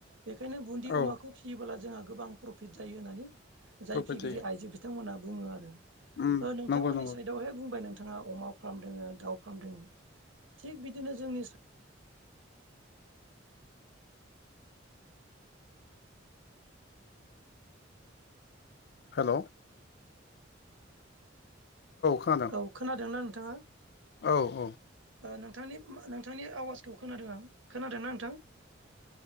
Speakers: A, on the right; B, on the left.
A: बेखायनो बुनदि
B: औ
A: अमाखौ फियोबोब्ला जोंहा गोबां प्रफिट जायो होननानै‌ जाय
B: प्रफिट
A: फिगिरि
B: जायो
A: आइजो बिथांमोना बुंङो आरो
B: उम
A: ओ नोंथांमोननि
B: नंगौ नंगौ
A: साइदआवहाय बुंबाय नों थांङा अमा फार्म दोंङो दाउ फार्म दोंङो थिग बिदिनो जोंनिस
B: हेलौ खोनादों
A: औ खोनादोंना नोंथांङा?
B: औ औ
A: ओ नोंथांनि नोंथांनि आवासखौ खोनादों आं खोनादोंना नोंथां?